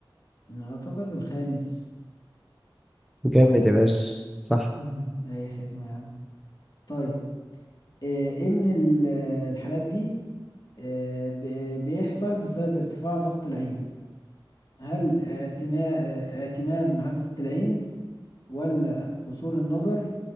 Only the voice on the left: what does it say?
انا اعتقد الخامس
<laughs> اي خدمة يا عم طيب آه، ايه من ال- الحالات دي آه، ب- بيحصل بسبب ارتفاع ضغط العين هل اعتما- آه، اعتمام عدسة العين ولا قصور النظر